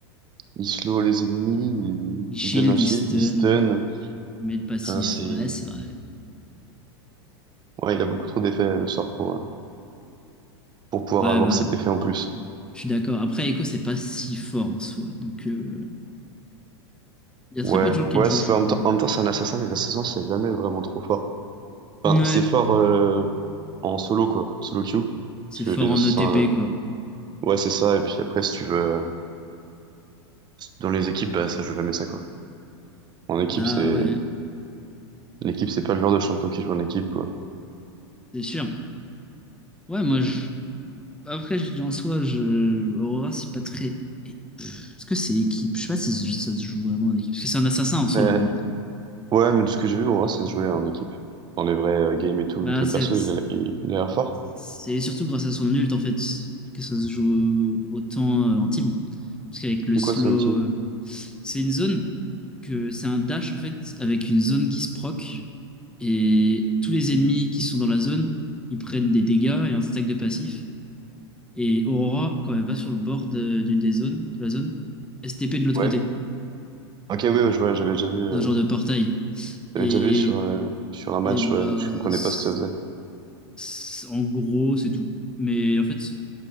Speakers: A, on the right; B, in the centre.
A: il slow les ennemis, il,
B: Il shield,
A: il donne un shield,
B: il stun,
A: il stun.
B: il met le passif.
A: Enfin, c'est,
B: Ouais, c'est vrai.
A: ouais, il a beaucoup trop d'effets, le sort, pour, euh, pour pouvoir
B: Ouais,
A: avoir
B: bah,
A: cet effet en plus.
B: je suis d'accord. Après, Echo, c'est pas si fort en soi. Donc, euh, il y a
A: Ouais,
B: très peu de gens qui
A: ouais,
B: le jouent,
A: c'est
B: je
A: pas,
B: crois.
A: en même temps, en même temps, c'est un assassin, les assassins, c'est jamais vraiment trop fort. Enfin,
B: Ouais.
A: c'est fort, euh, en solo, quoi, solo queue.
B: C'est
A: Parce que
B: fort
A: les
B: en
A: assassins,
B: OTP,
A: euh,
B: quoi.
A: ouais, c'est ça, et puis après, si tu veux, euh, dans les équipes, bah, ça joue jamais ça, quoi. En équipe,
B: Bah,
A: c'est,
B: ouais,
A: L'équipe, c'est pas le genre de champion qui joue en équipe, quoi.
B: c'est sûr. Ouais, moi, je Après, je dis en soi, je... Aurora, c'est pas très. pff, Est-ce que c'est équipe? Je sais pas si ça se joue vraiment en équipe. Parce que c'est un assassin en soi,
A: Mais,
B: Aurora.
A: ouais, mais de ce que j'ai vu, on voit, ça se jouait en équipe. Dans les vrais euh, games et tout,
B: Bah,
A: vu que
B: c'est
A: le perso, il a, il, il a l'air fort.
B: c'est surtout grâce à son ult, en fait, que ça se joue autant euh, en team. Parce qu'avec le
A: C'est
B: slow,
A: quoi son outil?
B: euh, c'est une zone que c'est un dash, en fait, avec une zone qui se proc. Et tous les ennemis qui sont dans la zone, ils prennent des dégâts et un stack de passif. Et Aurora, quand elle va sur le bord de- d'une des zones, de la zone, STP de l'autre
A: Ouais.
B: côté.
A: Ok, oui, ouais, je vois, j'avais déjà vu, euh,
B: un genre de portail.
A: j'avais
B: Et,
A: déjà vu sur, euh, sur un match,
B: et bah,
A: ouais, mais je comprenais
B: c-
A: pas ce que ça faisait.
B: c- en gros, c'est tout. Mais en fait,